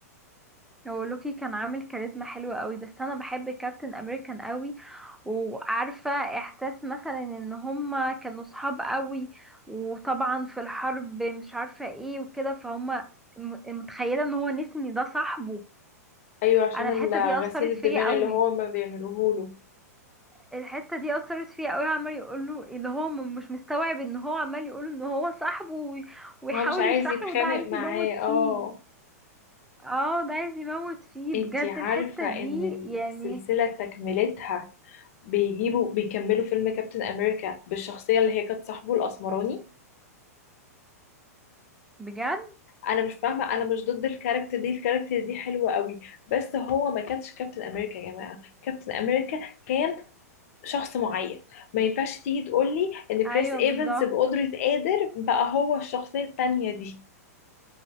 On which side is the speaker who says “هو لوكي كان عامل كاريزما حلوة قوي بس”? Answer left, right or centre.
Centre